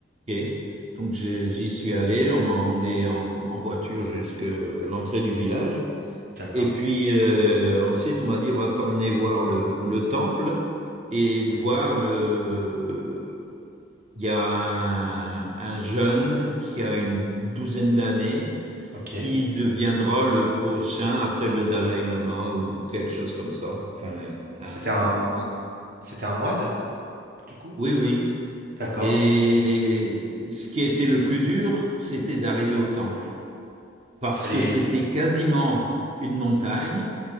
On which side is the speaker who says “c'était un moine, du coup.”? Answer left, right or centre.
Right